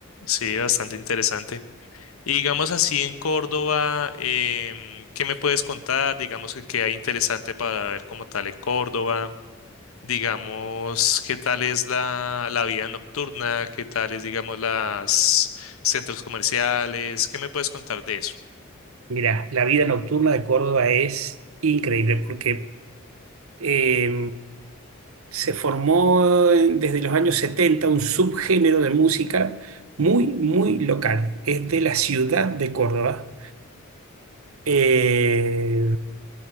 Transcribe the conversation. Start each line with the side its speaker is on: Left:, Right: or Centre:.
Left: sí, bastante interesante. Y digamos así en Córdoba, em, ¿qué me puedes contar? Digamos que qué hay interesante para ver como tal en Córdoba. digamos, qué tal es la, la vida nocturna, qué tal es, digamos, las centros comerciales, ¿qué me puedes contar de eso?
Right: Mirá, la vida nocturna de Córdoba es increíble porque Eh, se formó desde los años 70 un subgénero de música muy, muy local. Es de la ciudad de Córdoba, eh,